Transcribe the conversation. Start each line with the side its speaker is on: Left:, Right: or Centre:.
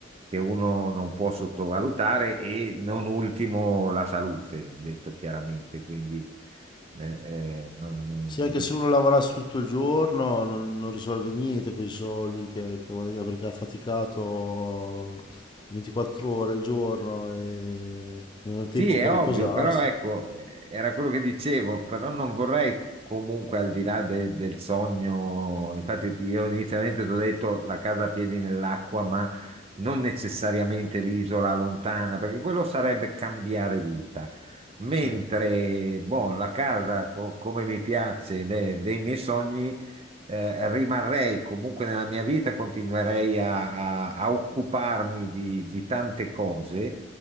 Right: che uno non può sottovalutare e non ultimo la salute, detto chiaramente, quindi eh, eh, non-
Left: Sì, anche se uno lavorasse tutto il giorno non, non risolve niente con i soldi che, che guadagna perché ha faticato 24 ore al giorno e non ha il tempo
Right: Sì, è
Left: per
Right: ovvio,
Left: riposarsi.
Right: però ecco, eh, era quello che dicevo, però non vorrei comunque al di là de- del sogno, infatti ti- io inizialmente ti ho detto la casa a piedi nell'acqua, ma non necessariamente l'isola lontana, perché quello sarebbe cambiare vita. Mentre,
Left: Sì. eh.
Right: boh, la casa co- come mi piace, de- dei miei sogni, eh, rimarrei comunque nella mia vita, continuerei a, a- a occuparmi di di tante cose